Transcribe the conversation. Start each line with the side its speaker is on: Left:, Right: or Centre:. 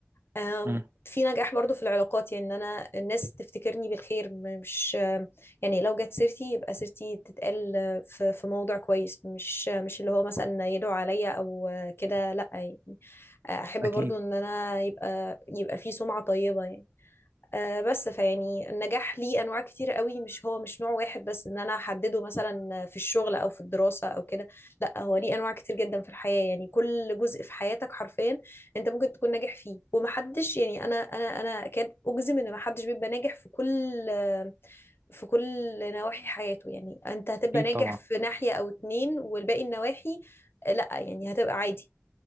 Left: آم،
Right: امم
Left: في نجاح برضو في العلاقات يعني ان انا الناس تفتكرني بالخير م- مش آم، يعني لو جت سيرتي يبقى سيرتي تتقال آه، في في موضع كويس مش آه، مش اللي هو مثلا يدعو عليا او آه، كده لا يعني آه، احب
Right: أكيد
Left: برضو ان انا يبقى يبقى في سمعة طيبة يعني آه، بس فيعني النجاح ليه انواع كتير قوي مش هو مش نوع واحد بس ان انا احدده مثلا في الشغل او في الدراسة او كده لا هو ليه انواع كتير جدا في الحياة يعني كل جزء في حياتك حرفيا انت ممكن تكون ناجح فيه ومحدش يعني انا انا انا اكاد اجزم ان محدش بيبقى ناجح في كل في كل نواحي حياته يعني انت هتبقى
Right: أكيد
Left: ناجح
Right: طبعا
Left: في ناحية او اتنين والباقي النواحي آه، لا يعني هتبقى عادي